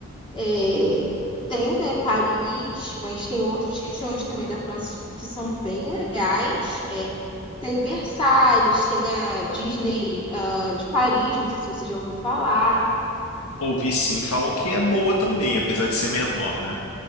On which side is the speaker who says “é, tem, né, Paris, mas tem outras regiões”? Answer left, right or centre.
Left